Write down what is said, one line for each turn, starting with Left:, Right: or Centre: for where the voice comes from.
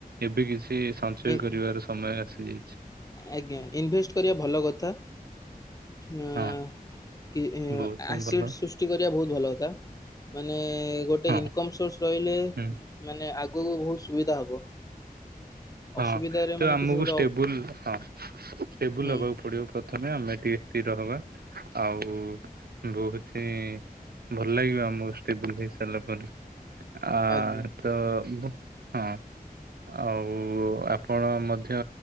Right: ଏବେ କିଛି ଟି ସଞ୍ଚୟ
Left: ଇନ୍
Right: କରିବାର ସମୟ ଆସିଛି।
Left: ଆଜ୍ଞା ଇନଭେଷ୍ଟ କରିବା ଭଲ କଥା। ଏ
Right: ହଁ।
Left: କି
Right: ବହୁତ ହିଁ
Left: ଆସିଡ
Right: ଭଲ
Left: ସୃଷ୍ଟି କରିବା ବହୁତ ଭଲ କଥା ମାନେ ଗୋଟେ ଗୋଟେ
Right: ହଁ
Left: ଇନକମ ସୋର୍ସ ରହିଲେ
Right: ହୁଁ
Left: ମାନେ ଆଗକୁ ବହୁତ ସୁବିଧା ହବ।
Right: ହଁ
Left: ଅସୁବିଧାରେ
Right: ତ
Left: ମାନେ
Right: ଆମକୁ
Left: କିଛି ଗୋଟେ
Right: ଷ୍ଟେବୁଲ
Left: ହୁଁ
Right: ହଁ ଟେବୁଲ
Left: ହୁଁ
Right: ହବାକୁ ପଡିବ ପ୍ରଥମେ ଆମେ ଟିକେ ଷ୍ଟି ତ ହବା ଆଉ ବହୁଥି ଭଲ ଲାଗିବ ଆମକୁ ଷ୍ଟେବୁଲ ହେଇ ସାରିଲା ପରେ। ଆ
Left: ଆଜ୍ଞା
Right: ତ ହଁ ଆଉ ଆ ଆପଣ ମଧ୍ୟ